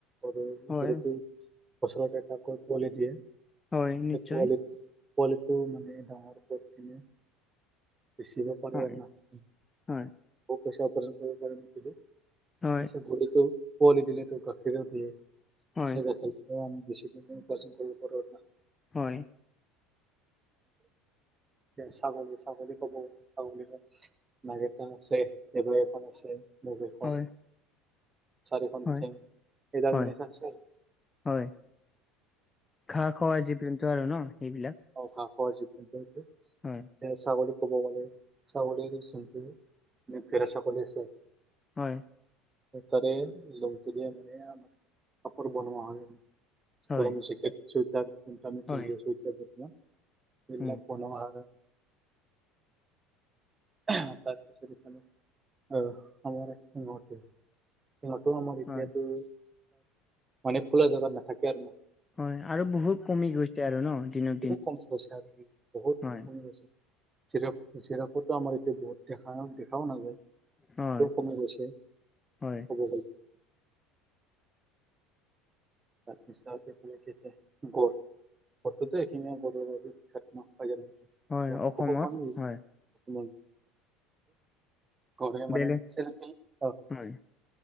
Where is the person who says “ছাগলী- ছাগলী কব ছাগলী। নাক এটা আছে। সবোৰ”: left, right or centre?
Right